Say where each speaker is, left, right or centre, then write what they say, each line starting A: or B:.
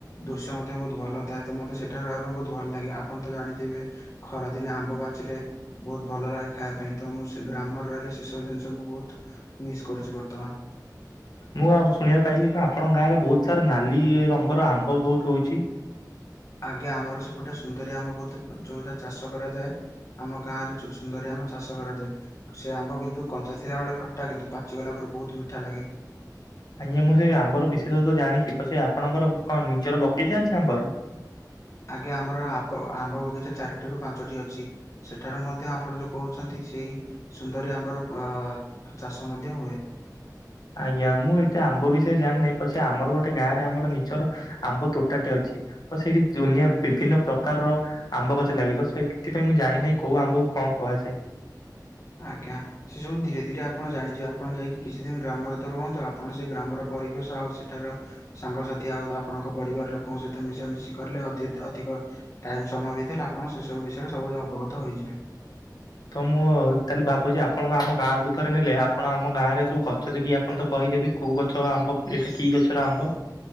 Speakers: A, on the left; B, on the left.
A: ଦୃଶ୍ୟ ମଧ୍ୟ ବହୁତ ଭଲ ଥାଏ, ତ ମୋତେ ସେଠାରେ ରହିବା ପାଇଁ ବହୁତ ଭଲ ଲାଗେ, ଆପଣ ତ ଜାଣିଥିବେ। ଖରାଦିନେ ଆମ୍ବ ପାଚିଲେ ବହୁତ ଭଲ ଲାଗେ ଖାଇବା ପାଇଁ ତ ମୁଁ ସେ ଗ୍ରାମର ରହିଲେ ସେ ସବୁ ଜିନିଷକୁ ବହୁତୁ ମିସ୍ କରୁଛି ବର୍ତ୍ତମାନ।
B: ମୁଁ ଆଉ ଶୁଣିବାକୁ ପାଇଲିି କଣ ଆପଣଙ୍କ ଗାଁ ରେ ବହୁତ ସାରା ନାଲି ରଙ୍ଗର ଆମ୍ବ ବହୁତୁ ହୋଇଛି?
A: ଆଜ୍ଞା ଆମର ସେପଟେ ସୁନ୍ଦରୀ ଆମ୍ବ ବୋଧେ ଯଉଟା ଚାଷ କରାଯାଏ। ଆମ ଗାଁରେ ଚୁ ସୁନ୍ଦରୀ ଆମ୍ୱ ଚାଷ କରାଯାଏ। ସେ ଆମ୍ବ କିନ୍ତୁ କଞ୍ଚା ଥିଲା ବେଳେ ଖଟା କିନ୍ତୁ ପାଚିଗଲା ପରେ ବହୁତୁ ମିଠା ଲାଗେ।
B: ଆଜ୍ଞା ମୁଁ ସେଇ ଆମ୍ବର ବିଶେଷତ ଜାଣିଛି ପଛେ ଆପଣଙ୍କର କଣ ନିଜର ବଗିଚା ଅଛି ଆମ୍ବର?
A: ଆଜ୍ଞା ଆମର ଆବ ଆମ୍ବ ବଗିଚା ଚାରିଟି ରୁ ପାଞ୍ଚଟି ଅଛି ସେଠାରେ ମ ଧ୍ୟ ଆପଣ ଯୋଉ କହୁଛନ୍ତି ସେଇ ସୁନ୍ଦରୀ ଆମ୍ୱ ର ଆ ଚାଷ ମଧ୍ୟ ହୁଏ।
B: ଆଜ୍ଞା ମୁଁ ଏତେ ଆମ୍ବ ବିଷୟରେ ଜାଣିିନାହିଁ ପଛେ ଆମର ଗୋଟେ ଗାଁ ରେ ଆମର ନିଜର ଆମ୍ବ ତୋଟାଟେ ଅଛି। ତ ସେଇଠି ଦୁନିଆ ବିଭିନ୍ନ ପ୍ରକାରର ଆମ୍ବ ଗଛ ଲାଗିଚି ତ ସେଥିପାଇଁ ମୁଁ ଜାଣିିନାଇ କୋଉ ଆମ୍ବକୁ କଣ କୁହାଯାଏ।
A: ଆଜ୍ଞା। ସେ ସବୁ ଧୀରେ ଧୀରେ ଆପଣ ଜାଣିଯିବେ ଆପଣ ଯାଇକି କିଛି ଦିନ ଗ୍ରାମରେ ତ ରୁହନ୍ତୁ ଆପଣ ସେ ଗ୍ରାମର ପରିବେଶ ଆଉ ସେଠାର ସାଙ୍ଗସାଥି ଆଉ ଆପଣଙ୍କ ପରିବାର ଲୋକଙ୍କ ସହିତ ମିଶାମିଶି କଲେ ଅଧି ଅଧିକ ଟାଇମ ସମୟ ଭିତଲେ ଆପଣ ସେ ସବୁ ବିଷୟରେ ସବୁ ଅବଗତ ହୋଇଯିବେ।
B: ତ ମୁଁ ତାହେଲେ ଭାବୁଛି ଆପଣଙ୍କ ଆମ ଗାଁକୁ ଥରେ ନେଲେ ଆପଣ ଆମ ଗାଁ ରେ ସବୁ ଗଛ ଦେଖିକି ଆପଣ ତ କହିଦେବି କୋଉ ଗଛ ଆମ୍ବ ଏଇଟା କି ଗଛର ଆମ୍ବ